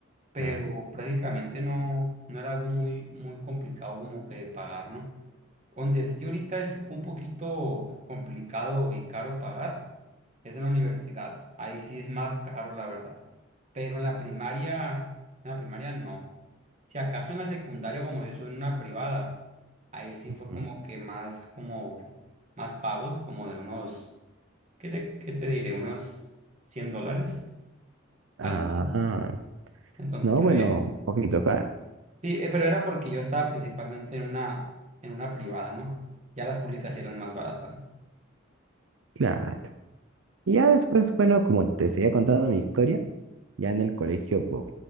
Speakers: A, on the right; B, on the right.
A: pero
B: Claro.
A: prácticamente no, no era algo muy, muy complicado como que de pagar, ¿no? Donde sí ahorita es un poquito complicado y caro pagar es en la universidad. Ahí sí es más caro, la verdad. Pero en la primaria, en la primaria no. Si acaso en la secundaria, como yo soy en una privada, ahí sí
B: ujú.
A: fue como que más, como, más pagos, como de unos, ¿qué te, qué te diré? Unos 100 dólares
B: Ah,
A: al mes. Entonces,
B: no,
A: pero
B: bueno,
A: ya-
B: un poquito caro.
A: Sí, eh, pero era porque yo estaba principalmente en una, en una privada, ¿no? Ya las públicas sí eran más baratas, ¿no?
B: Claro. Y ya después, bueno, como te seguía contando mi historia, ya en el colegio, pues